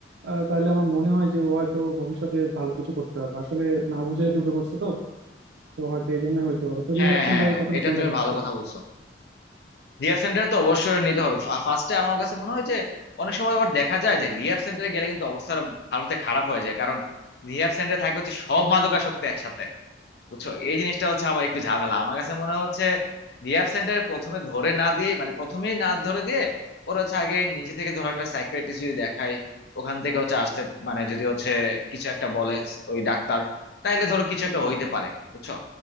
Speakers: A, on the right; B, on the left.
A: আহ, তাহলে আমার মনে হয় যে ও হয়তো ভবিষ্যতে ভালো কিছু করতে পারবে আসলে না বুঝে ঢুকে পড়ছে তো তো হয়তো এই জন্যই হইতে পারে তো রিহ্যাব
B: হ্যাঁ
A: সেন্টারের
B: হ্যাঁ
A: কথাটা
B: এটা
A: চিন্তা
B: তুমি
A: করতেছিলাম
B: ভালো কথা বলছো রিহাব সেন্টার তো অবশ্যই নিতে হবে ফার্স্টে আমার কাছে মনে হয় যে অনেক সময় আবার দেখা যায় যে রিহাব সেন্টারে গেলে কিন্তু অবস্থা আরো ভালোতে খারাপ হয়ে যায় কারণ রিহাব সেন্টারে থাকে হচ্ছে সব মাদকাসক্ত একসাথে বুঝছো এই জিনিসটা হচ্ছে আবার একটু ঝামেলা আমার কাছে মনে হচ্ছে রিহ্যাব সেন্টার প্রথমে ধরে না দিয়ে মানে প্রথমেই না ধরে দিয়ে ওরা হচ্ছে আগে নিজে থেকে ধরো একটা সাইকিয়াট্রিস্ট যদি দেখায় ওখান থেকে হচ্ছে আসতে মানে যদি হচ্ছে কিছু একটা বলে ওই ডাক্তার তাইলে ধরো কিছু একটা হইতে পারে বুঝছো